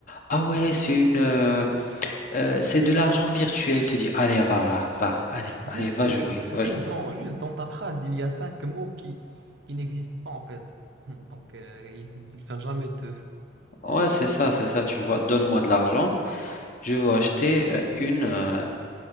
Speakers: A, on the left (about 45°); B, on the right (about 75°).
A: ah ouais, c'est une... euh, euh, c'est de l'argent virtuel. Il te dit, allez, va, va, va, allez, allez,
B: Juste,
A: va
B: juste,
A: jouer, va
B: juste
A: jouer.
B: dans, juste dans ta phrase, il y a cinq mots qui, qui n'existent pas en fait. <laughs> Donc, euh, il ne va jamais te...
A: Ouais, c'est ça, c'est ça, tu vois, donne-moi de l'argent, je veux acheter euh, une, euh,